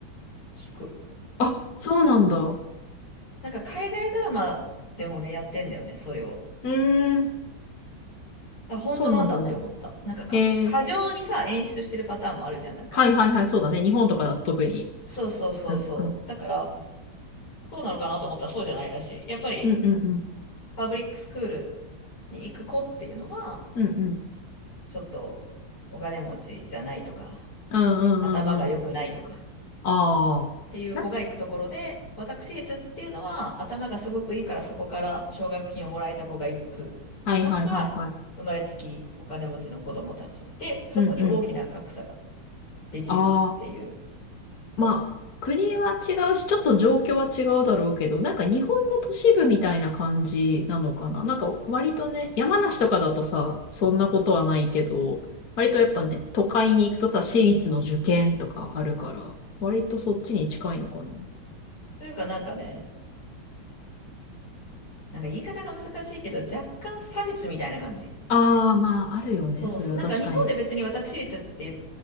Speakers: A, on the left; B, on the left.
A: 聞く。
B: あ、そうなんだ。う
A: なんか海外ドラマでもね、やってんだよね、それを。
B: ーん、
A: だから本当なんだって思った。
B: そうなんだね。
A: なんか、か、
B: えー、
A: 過剰にさ、演出してるパターンもあるじゃん、なんか。
B: はいはいはい、そうだね。日本とかだと特に。
A: そうそうそうそう。
B: うんうん。
A: だから、そうなのかなと思ったらそうじゃないらしい。やっぱり、
B: うんうんうん。
A: パブリックスクールに行く子っていうのは、
B: うんうん。
A: ちょっとお金持ちじゃないとか、
B: うんうんうんうん。
A: 頭が良くないとか。
B: ああ。
A: っていう子が行くところで、
B: な
A: 私立っていうのは頭がすごくいいからそこから奨学金をもらえた子が行く。
B: はいはいはいはい。
A: もしくは生まれつきお金持ちの子供たちで、そこに大きな格差が
B: うんうん。
A: できるっていう。
B: ああ。まあ、国は違うし、ちょっと状況は違うだろうけど、なんか日本の都市部みたいな感じなのかな。なんか割とね、山梨とかだとさ、そんなことはないけど、割とやっぱね、都会に行くとさ、私立の受験とかあるから、割とそっちに近いのかな。
A: というかなんかね、なんか言い方が難しいけど若干差別みたいな感じ。
B: ああ、まあ、あるよね。
A: そうそう。
B: それは確かに。
A: なんか日本で別に私立って